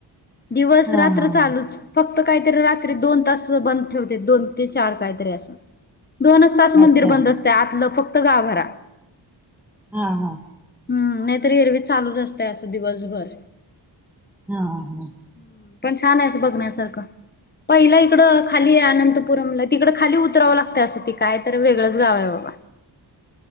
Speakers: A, on the left; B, in the centre.
A: दिवस
B: हा
A: रात्र
B: हा
A: चालूच.
B: हा
A: फक्त कायतरी रात्री दोन तास बंद ठेवते. दोन ते चार कायतरी असं, दोनच तास
B: अच्छा
A: मंदिर बंद असतयं आतलं फक्त गाभारा.
B: हा हा.
A: हम्म नाईतर एरवी चालूच असतय असं दिवसभर.
B: हा हा.
A: ह्म पण छाने असं बघण्यासारखं. पईला इकडं खालीय आ नंत- पुरमला तिकडे खाली उतरावं लागतं असं. ते कायतर वेगळंच गावय बाबा.